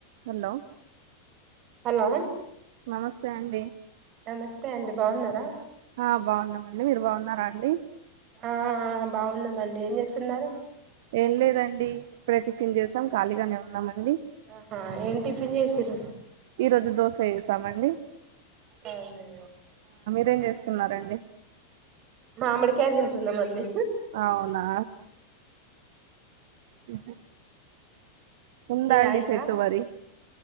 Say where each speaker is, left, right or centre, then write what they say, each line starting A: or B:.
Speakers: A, on the right; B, on the right.
A: హలో
B: హలో
A: నమస్తే అండి
B: నమస్తే అండి బాగున్నారా
A: ఆ బాగున్నామండి మీరు బాగున్నారా అండి
B: ఆ బాగున్నామండి ఏం చేస్తున్నారు
A: ఏం లేదండి ఇప్పుడే టిఫిన్ చేసాం ఖాళీగానే ఉన్నామ ండి
B: ఆహా ఏం టిఫిన్ చేసిర్రు
A: ఈరోజు దోశ ఎసామండి
B: అవున
A: రేం చేస్తున్నారండి
B: మామిడికాయ తింటున్నామండి
A: అవునా ఉహ్మ్ ఉందాండి
B: టీ తాగిర్రా
A: చెట్టు మరి